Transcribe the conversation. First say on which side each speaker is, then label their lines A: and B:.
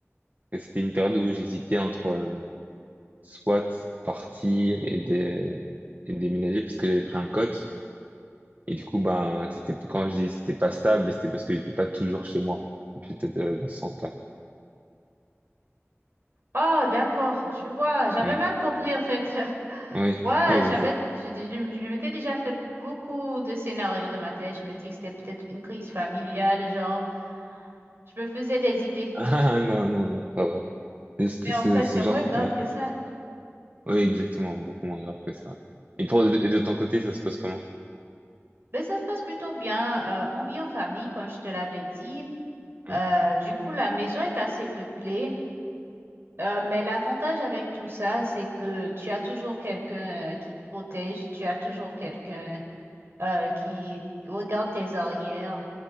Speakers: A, on the right (about 35°); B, on the right (about 55°).
A: que c'était une période où j'hésitais entre euh, soit partir et, dé- et déménager parce que j'avais pris un cote. Et du coup, ben, c'était quand je dis c'était pas stable, c'était parce que j'étais pas toujours chez moi. Peut-être euh, dans ce sens-là.
B: Oh, d'accord, je vois. J'avais
A: Ouais,
B: mal compris en fait. <laughs>
A: ouais,
B: Ouais,
A: <laughs> c'est
B: j'avais,
A: ça.
B: je, je- je m'étais déjà fait beaucoup de scénarios dans ma tête. Je me dis que c'était peut-être une crise familiale, genre, je me faisais des idées.
A: <laughs> Ah, non, non, non, ça va. C'est
B: Mais en
A: ce ce-
B: fait,
A: ce
B: c'est moins
A: genre,
B: grave
A: oui.
B: que ça.
A: Oui, exactement, beaucoup moins grave que ça. Et pour, et de ton côté, ça se passe comment?
B: Mais ça se passe plutôt bien. Euh, on vit en famille, comme je te l'avais dit.
A: Oui,
B: Euh, du coup, la maison est assez peuplée. Euh, mais l'avantage avec tout ça, c'est que tu as toujours quelqu'un euh, qui te protège, tu as toujours quelqu'un euh, qui regarde tes arrières.